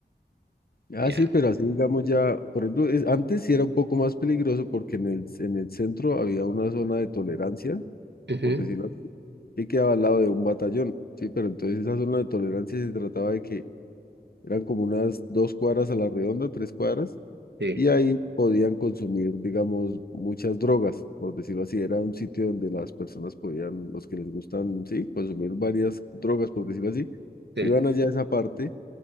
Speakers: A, on the left; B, on the right.
A: Ah,
B: ya.
A: sí, pero así digamos ya, por ejemplo, es- antes sí era un poco más peligroso porque en el, en el centro había una zona de tolerancia
B: Ujú,
A: por decirlo así, que quedaba al lado de un batallón, ¿sí? Pero entonces esa zona de tolerancia se trataba de que eran como unas dos cuadras a la redonda, tres cuadras,
B: Sí,
A: y ahí podían consumir, digamos, muchas drogas, por decirlo así. Era un sitio donde las personas podían, los que les gustan, sí, consumir varias drogas, por decirlo así,
B: sí.
A: iban allá a esa parte